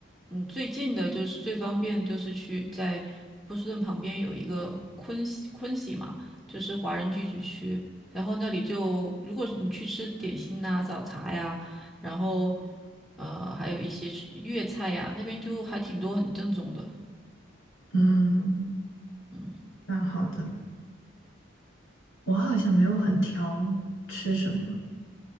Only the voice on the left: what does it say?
嗯，
蛮好的。我好像没有很挑吃什么，